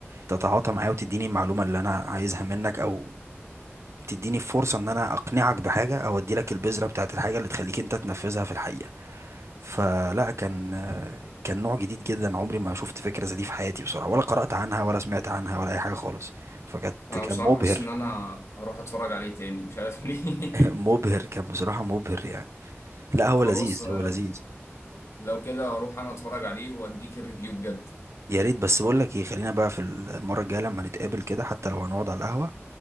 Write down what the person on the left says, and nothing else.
انا
بصراحه
حاسس ان انا هروح اتفرج عليه تاني مش عارف ليه
<laughs>
خلاص
انا
لو
لو كده هروح انا اتفرج عليه واديك الريفيو بجد